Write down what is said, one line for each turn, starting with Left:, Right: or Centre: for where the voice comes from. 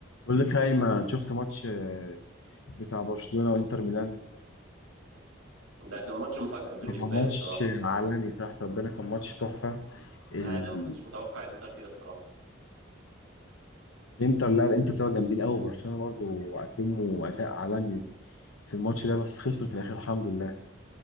Left: بقول لك هايما شفت ماتش آه، بتاع برشلونة وانتر ميلان
Right: ده كان ماتش مفاجأة بالنسبة
Left: ما كان ماتش
Right: لي الصراحة
Left: عالمي صح ربنا كان ماتش تحفة ال-
Right: أنا ما كنتش متوقع الإنتر كده الصراحة
Left: الانتر لا الانتر طلعوا جامدين قوي برشلونة برضو قدموا اداء عالمي في الماتش ده بس خسروا في الاخر الحمد لله